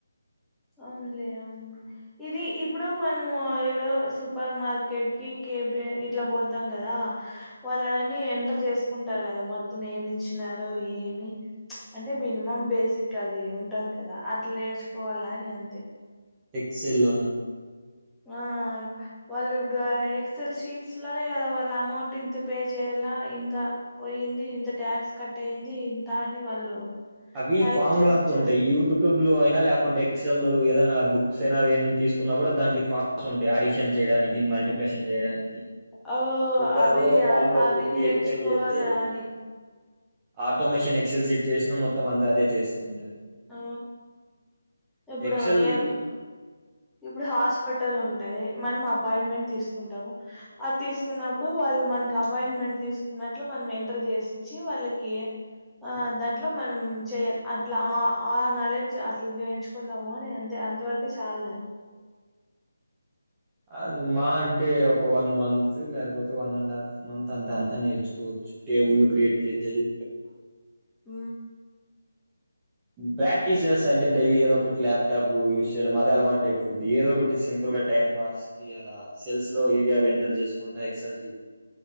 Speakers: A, in the centre; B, on the right.
A: అవున్లే అవున్లె ఇది ఇప్పుడు మనమూ ఎవడో సూపర్ మార్కెట్ కి కేపి ఇట్ల పోతం కదా వాళ్ళడన్నీ ఎంటర్ చేసుకుంటారు కదా మొత్తం ఏమిచ్చినారో ఏమి అంటే మినిమం బేసిక్ అదీ ఉంటది కదా అట్ల నేర్చుకోవల్లా అని అంతె
B: ఎక్సెల్లోనా
A: ఆ వాళ్ళు ఇప్పుడూ ఎక్స్ఎల్ షీట్స్ లోనే వాళ్ళ అమౌంట్ ఇంత పే చేయల్లా ఇంత పోయింది ఇంత ట్యాక్స్ కట్టయింది ఇంత అని వాళ్ళు
B: అవి
A: టైప్
B: ఫార్ములాస్
A: చేసి చేస్
B: ఉంటాయి యూట్యూబ్ లో అయినా లేకుంటే ఎక్సెల్ ఏదైనా బుక్స్ అయినా ఏ తీసుకున్నా కూడా దానికి ఫ ఉం టాయి అడిషన్ చేయడానికి మల్టిప్లషన్ చేయడానికి
A: ఓ
B: లోక్క
A: అవి
B: రో కాలం లకకి
A: అవి నేర్చుకోవాల
B: ఎక్స్టైడ్ చేతే
A: అని
B: ఆటోమేషన్ ఎక్సల్ సిట్ చేసినా మొత్తం అంతా అదే చేస్తుంటది
A: ఆ ఇప్పుడు
B: ఎక్సెల్
A: ఏ ఏప్పు ఇప్పుడు హాస్పిటల్ ఉంటది మనం అపాయింట్మెంట్ తీసుకుంటాము అది తీసుకున్నప్పుడు వాళ్ళు మనకి అపాయింట్మెంట్ తీసుకున్నట్లు మనం ఎంటర్ చేసి ఇచ్చి వాళ్ళకి
B: మనకి
A: ఆ దాంట్లో మనం చెయాలి అట్లా ఆ ఆ నాలెడ్జ్ అట్లా నేర్చు చకుందాము అనే అంత వరకు చాలా లే
B: అద్ మా అంటే ఒక వన్ మంత్ లేకపోతే వన్ అండ్ హాఫ్ మంత అంత అంతా నేర్చుకోవచ్చు టేబుల్ క్రియేట్ చేసేది
A: ఊ
B: ప్రాక్టీసెస్ అంటే డైలీ ఏదో ఒకటి ల్యాప్టాప్ యూజ్ చేయడం అదే అలవాటు అయిపోతుంది ఏదోటి సింపుల్ గా టైం పాస్ కి అలా సెల్స్ లో ఈవి ఎంటర్ చేసుకుంటా ఎక్స్ల్